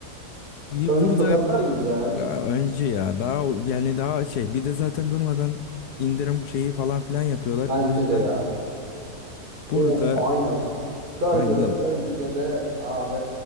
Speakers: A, on the right; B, on the left.
A: Öncü
B: burada
A: tokatlar gibi ya.
B: ya önce ya daha yani daha şey bir de zaten durmadan indirim bu şeyi falan filan yapıyorlar.
A: Bence
B: O yüzden
A: de ya.
B: burada
A: O final. Burger
B: final.
A: öncüde de abi